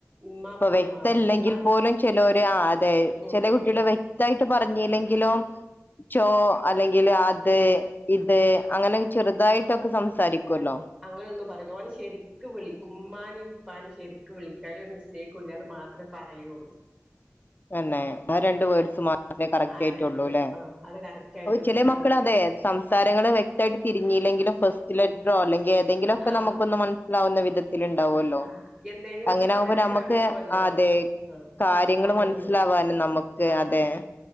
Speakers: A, on the right (about 15°); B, on the left (about 40°).
A: ഇമ്മ
B: ഇപ്പൊ
A: അപ്പാന്ന്
B: വ്യക്തല്ലെങ്കി
A: മാത്രം ഇമ്മാ
B: പോലും ചെലോര് ആഹ് അതെ
A: ഉം
B: ചെല
A: ഉം
B: കുട്ട്യോള് വ്യക്തായിട്ട് പറഞ്ഞീലെങ്കിലും ചോ അല്ലെങ്കില് അത്
A: ഉം ഉം
B: ഇത് അങ്ങനെ ചെറുതായിട്ടൊക്കെ സംസാരിക്കുവല്ലൊ
A: അങ്ങനെ ഒന്നും പറയല്ല് ഓന് ശെരിക്ക് വിളിക്കും ഉമ്മാനും ഇപ്പാനും ശെരിക്ക് വിളിക്കും ഒരു മിസ്റ്റേക്കും ഇല്ല അത് മാത്രം പറയോ
B: <inaudible> തന്നെ ആഹ് രണ്ട് വേർഡ്സ് മാത്രമേ കറക്റ്റ്
A: ആ
B: ആയിട്ടുള്ളൂ
A: രണ്ട് വേർഡ്സ്
B: അല്ലേ
A: ആ അത് കറക്റ്റ് ആയിട്ടുള്ളൂ
B: ചില
A: വേറൊന്നും
B: മക്കള് അതെ
A: പറ
B: സംസാരങ്ങള് വ്യക്തമായിട്ട് തിരിഞ്ഞീല്ലെങ്കിലും ഫസ്റ്റ് ലെറ്ററോ
A: ഉം
B: അല്ലെങ്കിൽ ഏതെങ്കിലൊക്കെ
A: ആഹ്
B: നമുക്കൊന്ന് മന സ്സിലാവുന്ന വിധ ത്തിൽ ഉണ്ടാവുമല്ലോ
A: ആഹ് എന്തെങ്കിലുമൊക്കെ
B: അങ്ങനെ
A: പറയാൻ
B: ആകുമ്പോ നമുക്ക്
A: ശ്രമിക്കുവല്ലോ
B: അതെ
A: ആഹ്
B: കാര്യങ്ങള്
A: ഇതതൊന്നും അങ്ങനൊന്നും
B: മനസ്സിലാവാനും നമുക്ക്
A: ആഹ്
B: അതെ